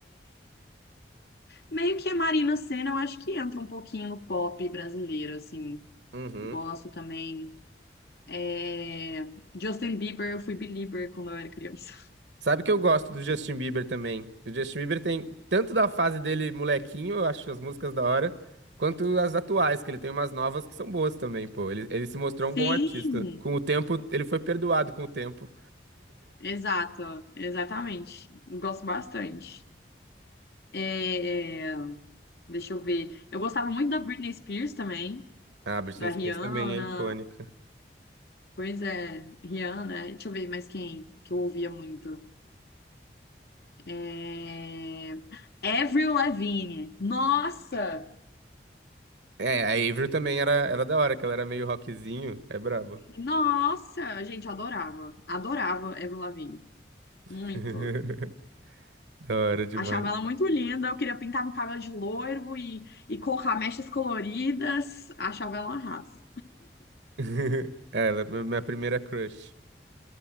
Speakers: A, on the left (about 60°); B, on the right (about 85°).
A: Meio que a Marina Sena, eu acho que entra um pouquinho no pop brasileiro, assim.
B: Uhum.
A: Gosto também. É, Justin Bieber, eu fui belieber quando eu era criança.
B: Sabe que eu gosto do Justin Bieber também. O Justin Bieber tem tanto da fase dele molequinho, eu acho as músicas da hora, quanto as atuais, que ele tem umas novas que são boas também, pô. Ele, ele se mostrou um
A: Sim,
B: bom artista. Com o tempo, ele foi perdoado com o tempo.
A: exato, exatamente. Gosto bastante. É, deixa eu ver. Eu gostava muito da Britney Spears também,
B: Ah, a Britney
A: da Rihanna.
B: Spears também é icônica.
A: Pois é, Rihanna. Deixa eu ver mais quem que eu ouvia muito. É... Avril Lavigne. Nossa!
B: É, a Avril também era, era da hora, que ela era meio rockzinho. É brabo.
A: Nossa! A gente adorava. Adorava Avril Lavigne.
B: <laughs>
A: Muito.
B: Da hora demais.
A: Achava ela muito linda. Eu queria pintar meu cabelo de loiro e, e colocar mechas coloridas. Achava ela arrasa.
B: <laughs> É, ela é mi- minha primeira crush.